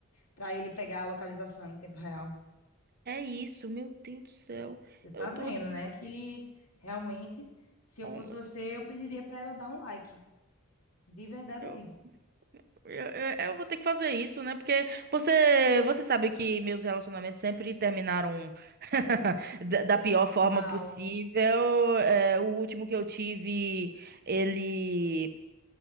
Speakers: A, on the left (about 85°); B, on the right (about 45°).
A: Para ele pegar a localização em tempo real.
B: É isso, meu Deus do céu.
A: Você tá
B: Eu tô
A: vendo,
B: aqui.
A: né? Que realmente, se eu
B: Oh,
A: fosse
B: meu
A: você, eu pediria para ela dar um like. De verdade
B: Deus.
A: mesmo.
B: Eu, eu- eu vou ter que fazer isso, né? Porque você, você sabe que meus relacionamentos sempre terminaram <laughs> da da pior forma
A: Mal.
B: possível. É, o último que eu tive, ele